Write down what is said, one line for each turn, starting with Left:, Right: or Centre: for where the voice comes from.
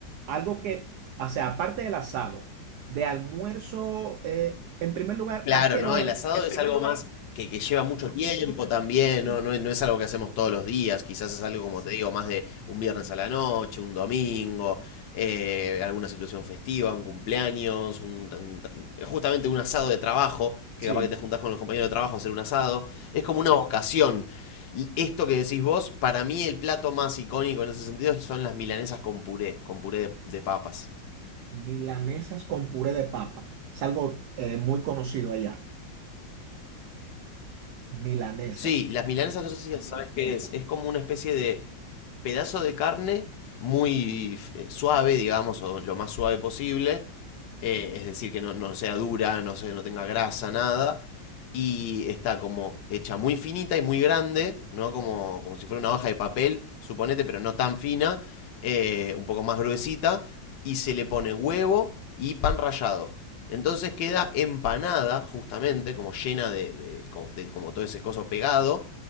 Right: algo que, o sea, aparte del asado, de almuerzo, eh, en primer lugar,
Left: Claro,
Right: ¿a qué
Left: ¿no?
Right: hora?
Left: El Termi- asado en es primer algo lugar, más que, que lleva mucho tiempo también,
Right: Sí.
Left: ¿no? No, es no es algo que hacemos todos los días, quizás es algo, como te sí, digo, más de un viernes a la noche, un domingo, eh, alguna situación festiva, un cumpleaños, un- un tra- justamente un asado de trabajo, que
Right: Sí.
Left: capaz que te juntás con los compañeros de trabajo a hacer un asado, es como una sí. ocasión. L- Esto que decís vos, para mí el plato más icónico en ese sentido son las milanesas con puré, con puré de, de papas.
Right: Milanesas con puré de papa. Es algo eh, muy conocido allá. Milanesa.
Left: Sí, las milanesas no sé si sabes qué es, Milanesa. es como una especie de pedazo de carne muy eh, suave, digamos, o lo más suave posible. Eh, es decir, que no, no sea dura, no, se- no tenga grasa, nada. Y está como hecha muy finita y muy grande, ¿no? Como, como si fuera una hoja de papel, suponete, pero no tan fina, eh, un poco más gruesita. Y se le pone huevo y pan rallado. Entonces queda empanada, justamente, como llena de, de- co- de como todo ese coso pegado.